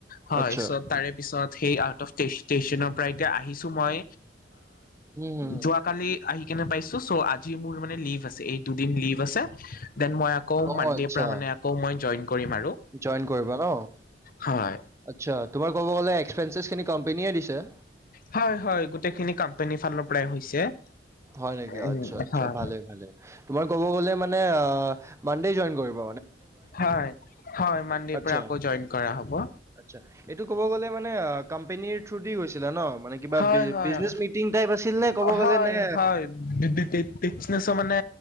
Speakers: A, on the left (about 50°); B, on the right (about 15°).
A: হয়
B: আচ্ছা,
A: চ্ তাৰে পিছত - সেই আউট অফ ষ্ট ষ্টেচনৰ পৰা এতিয়া আহিছো মই
B: উম, হুম, হুম।
A: যোৱাকালি- আহি কেনে পাইছো, চ্' আজি মোৰ মানে লিভ আছে এই দুদিন লিভ আছে দেন মই - আকৌ
B: অ',
A: মানডিৰ
B: আচ্ছা,
A: পৰা মানে আকৌ মই জইন কৰিম আৰু।
B: জইন কৰিবা ন
A: হয়
B: আচ্ছা তোমাৰ কব গলে এক্সপেনশ্বিছ খিনি কম্পেনীয়ে দিছে
A: হয় হয় গোটেইখিনি কম্পেনীৰ ফালৰ পৰাই হৈছে
B: হয় নেকি
A: উম
B: আচ্ছা আচ্ছা
A: হয়
B: ভালে ভালে তোমাৰ কব গলে মানে মানডে জইন কৰিব
A: হয় হয় মানডেৰ
B: আচ্ছা,
A: পৰা আকৌ জইন কৰা হ'ব
B: আচ্ছা এইটো ক'ব গ'লে মানে কম্পেনীৰ থ্ৰু দি গৈছিলা ন মানে কিবা
A: হয়,
B: বিজ
A: হয়,
B: বিজনেছ মিটিং টাইপ আছিল নে ক'ব
A: হয়,
B: গ'লে নে
A: হয় বি বি বিজনেচৰ মানে